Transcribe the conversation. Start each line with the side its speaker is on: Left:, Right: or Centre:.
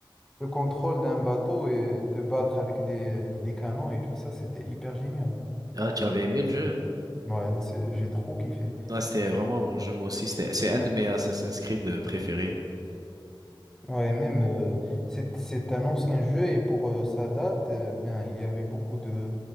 Centre: le contrôle d'un bateau et te battre avec des, des canons et tout ça. C'était hyper génial.
Right: Ah, tu avais aimé le jeu?
Centre: Ouais, c'est- j'ai trop kiffé.
Right: Ouais, c'était vraiment un bon jeu, moi aussi. C'était, c'est un de mes Assassin's Creed euh, préférés.
Centre: Ouais, même euh, c'est c'est un ancien jeu et pour euh, sa date, euh, bien, il y avait beaucoup de,